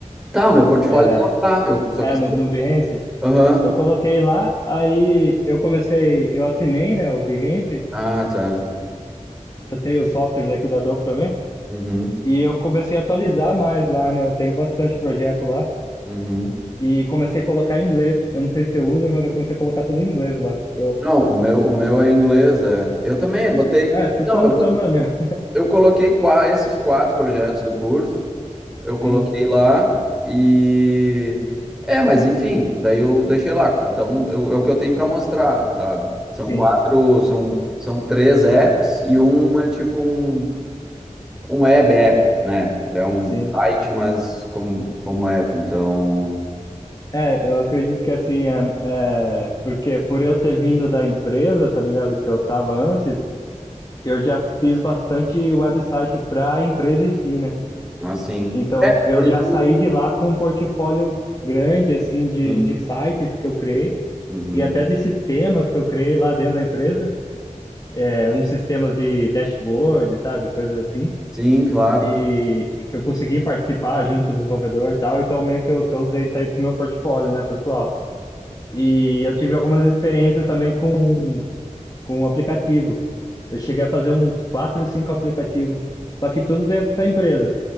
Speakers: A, in the centre; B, on the left.
A: Tá, o meu portfólio
B: É,
A: tá lá. Eu, só
B: É,
A: que.
B: no, no Behance,
A: Aham.
B: eu coloquei lá, aí eu comecei, eu assinei, né, o Behance,
A: Ah, tá.
B: eu tenho os softwares aqui da Adobe também,
A: Uhum.
B: e eu comecei a atualizar mais lá, né, eu tenho bastante projeto lá,
A: Uhum.
B: e comecei a colocar em inglês, eu não sei se eu uso, mas eu comecei a colocar tudo em inglês lá. Eu,
A: Não, o meu, o meu é inglês, é. Eu também, eu botei.
B: é, é, t-
A: Não,
B: tamo,
A: eu, bot-
B: tamo na mesma.
A: eu coloquei qua- esses quatro projetos do curso, eu coloquei
B: <laughs> Sim,
A: lá e. É, mas enfim, daí eu deixei lá. Então, eu- é o que eu tenho para mostrar, sabe? São
B: sim,
A: quatro, são, são três apps e um é tipo um, um web app, né? Ele é um
B: sim.
A: site, mas como, como app, então,
B: É, eu acredito que assim, é, é, porque por eu ter vindo da empresa, tá ligado, que eu tava antes, eu já fiz bastante website pra empresa em si, né?
A: assim.
B: Então, eu
A: Por
B: já
A: isso.
B: saí de lá com um portfólio grande, assim, de,
A: Sim,
B: de sites que eu criei
A: Uhum.
B: e até de sistemas que eu criei lá dentro da empresa. É, uns sistemas de dashboard, sabe? Coisas assim.
A: Sim, claro.
B: E, e que eu consegui participar junto com o desenvolvedor e tal. Então, meio que eu, que eu usei isso aí pro meu portfólio, né, pessoal? E eu tive algumas experiências também com, com um aplicativo. Eu cheguei a fazer uns quatro, cinco aplicativos, só que tudo dentro da empresa.